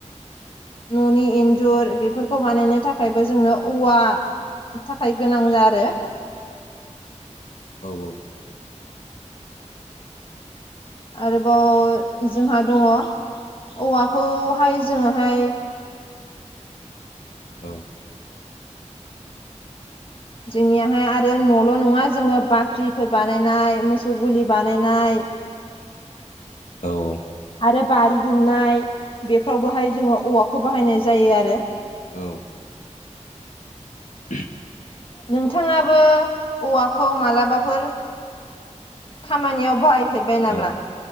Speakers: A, on the left (about 45°); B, on the left (about 80°).
A: न'नि इन्जुर बेफोरखौ बानायनो थाखायबो जोंनो औवा थाखाय गोनां जा आरो
B: औ औ।
A: आरोबाव जोंहा दङ औवाखौहाय जोङोहाय
B: औ
A: जोंनियाहाय आरो न'ल' नङा जोङो बाख्रिफोर बानायनाय मोसौ गलि बानायनाय
B: औ औ
A: आरो बारि दुमनाय बेफ्रावबोहाय जोङो औवाखौ बाहायनाय जायो आरो।
B: औ <inaudible>
A: नोंथाङाबो औवाखौ मालाबाफोर खामानियाव बाहाय फेरबाय नाब्ला
B: औ औ